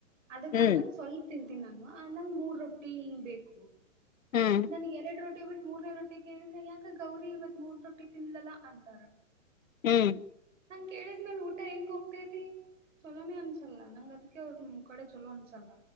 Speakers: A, on the right; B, on the left.
A: ಅದಕಂತನ್
B: ಹ್ಮ್
A: ಸ್ವಲ್ಪ್ ತಿನ್ ತಿ ನಾನು ನಂಗ್ ಮೂರ್ ರೊಟ್ಟಿ ಹಿಂಗ್ ಬೇಕು.
B: ಹ್ಮ್
A: ನನ್ಗೆ ಎರ್ಡ್ ರೋಟಿ ಕೋಡ್ ಮೂರನೇ ರೊಟ್ಟಿ ಕೇಳಿದ್ರೆ ಯಾಕ ಗೌರಿ ಇವತ್ ಮೂರ್ ರೊಟ್ಟಿ ತಿನ್ಲಾ ಅಂತಾರ.
B: ಹ್ಮ್
A: ನಂಗ ಕೇಳಿದ್ಮೇಲ್ ಊಟ ಹೆಂಗ ಹೋಗ್ತೇತಿ ಚೊಲೋನೇ ಅನ್ಸಲ್ಲ ನಂಗ್ ಅದಕ ಅವ್ರ ಕಡೆ ಚಲೋ ಅನ್ಸಲ್ಲ.